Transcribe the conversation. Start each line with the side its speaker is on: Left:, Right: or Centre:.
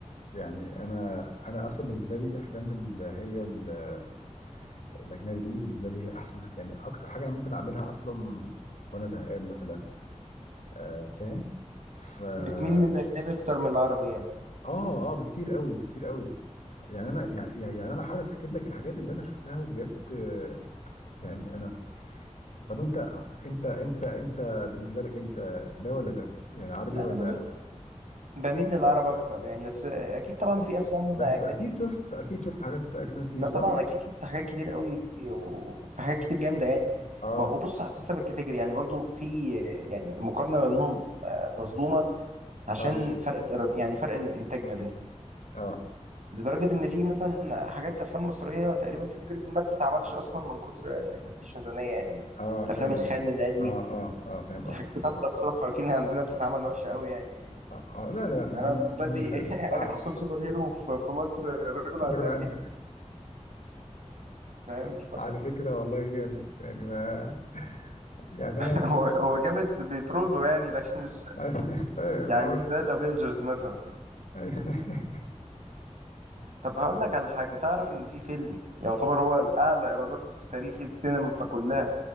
Left: يعني انا انا اصلا بالنسبه لي الافلام اللي هي ال- الاجنبي دي بالنسبه لي هي احسن يعني اكتر حاجه انا ممكن اعملها اصلا وانا زهقان مثلا آه فاهم ف اه
Right: بتميل للاجنبي اكتر من العربي يعني
Left: اه بكتير قوي بكتير قوي يعني انا يعني, يعني انا حاول افتكر لك الحاجات اللي انا شفتها وبجد آه، يعني انا طب انت انت انت انت بالنسبه لك انت ده ولا ده يعني عربي
Right: لا
Left: ولا
Right: انا بميل بميل للعرب اكتر يعني بس اكيد طبعا في افلام
Left: بس
Right: اجنبي
Left: فاهم اكيد شفت اكيد شفت حاجات اجنبي كتير
Right: لا
Left: صح
Right: طبعا اكيد شفت حاجات كتير قوي وفي حاجات كتير جامدة يعني
Left: اه
Right: ما- وبص على حسب الكاتيجوري يعني برضو في يعني مقارنة ما بينهم آه، مظلومة عشان
Left: اه
Right: فرق الإيراد يعني فرق الإنتاج ما بينهم
Left: اه
Right: لدرجة إن في مثلا حاجات أفلام مصرية تقريبا كاتيجوريز ما بتتعملش أصلا من كتر إن مفيش ميزانية يعني
Left: اه فاهم
Right: الأفلام الخيال
Left: قصدك
Right: العلمي
Left: اه اه اه فاهم
Right: الحاجات
Left: قصدك
Right: بتاعة
Left: طبعا
Right: الأبطال الخارقين اللي عندنا بتتعمل وحشة أوي يعني
Left: آه آه لا لا لا ما
Right: أنا
Left: ما
Right: بالنسبة
Left: <laughs>
Right: لي
Left: ما
Right: <laughs>
Left: ينفعش
Right: أحسن سوبر هيرو في في مصر رجل
Left: رجل
Right: على النبي
Left: عن
Right: يعني فاهم
Left: على فكرة والله جامد يعني ما يعني
Right: فهو <laughs>
Left: انا
Right: هو جامد بيترول له يعني لكن مش
Left: <laughs> فاهم
Right: يعني
Left: هو
Right: مش زي
Left: بس
Right: الأفينجرز مثلا
Left: <laughs>
Right: طب هقول لك على حاجة تعرف إن في فيلم يعتبر هو الأعلى إيرادات في تاريخ السينما كلها